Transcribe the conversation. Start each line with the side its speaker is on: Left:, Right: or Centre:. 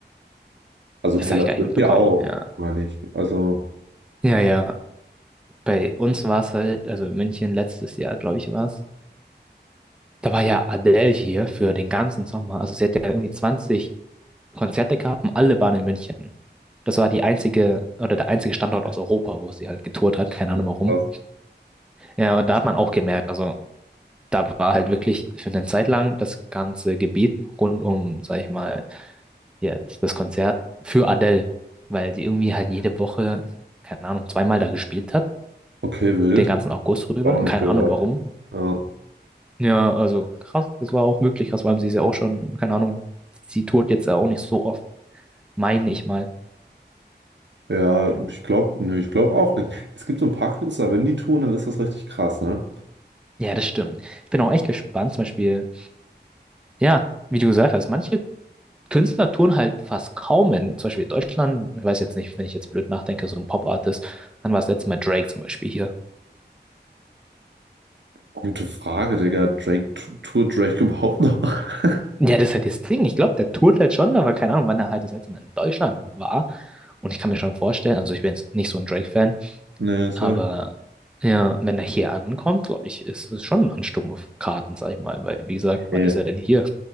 Right: also
Centre: Das
Right: Taylor
Centre: habe ich gar nicht
Right: Swift
Centre: mitbekommen,
Right: ja auch,
Centre: ja.
Right: meine ich. Also,
Centre: Ja, ja. Bei uns war es halt, also in München letztes Jahr, glaube ich, war es. Da war ja Adele hier für den ganzen Sommer. Also sie hat ja irgendwie 20 Konzerte gehabt und alle waren in München. Das war die einzige, oder der einzige Standort aus Europa, wo sie halt getourt hat, keine
Right: ja,
Centre: Ahnung warum.
Right: krass.
Centre: Ja, und da hat man auch gemerkt, also da war halt wirklich für eine Zeit lang das ganze Gebiet rund um, sag ich mal, jetzt das Konzert für Adele, weil die irgendwie halt jede Woche, keine Ahnung, zweimal da gespielt hat,
Right: okay, wild.
Centre: den ganzen August rüber,
Right: War noch nicht
Centre: keine
Right: gehört.
Centre: Ahnung warum.
Right: Ja,
Centre: Ja, also krass, das war auch wirklich krass, vor allem sie ist ja auch schon, keine Ahnung, sie tourt jetzt ja auch nicht so oft, meine ich mal.
Right: ja ich glaube, nee, ich glaube auch nicht. Es gibt so ein paar Künstler, wenn die tun, dann ist das richtig krass, ne?
Centre: Ja, das stimmt. Ich bin auch echt gespannt, zum Beispiel, ja, wie du gesagt hast, manche Künstler tun halt fast kaum in, zum Beispiel Deutschland, ich weiß jetzt nicht, wenn ich jetzt blöd nachdenke, so ein Pop-Artist, wann war das letzte Mal Drake zum Beispiel hier?
Right: Gute Frage, Digga. Drake, tut Drake überhaupt noch? <laughs>
Centre: Ja, das ist halt das Ding. Ich glaube, der tourt halt schon, aber keine Ahnung, wann er halt das letzte Mal in Deutschland war. Und ich kann mir schon vorstellen, also ich bin jetzt nicht so ein Drake-Fan,
Right: Nee, Sam.
Centre: aber ja, wenn er hier ankommt, glaube ich, ist es schon ein Ansturm auf Karten, sag ich mal, weil wie gesagt, wann
Right: Ey,
Centre: ist er denn hier?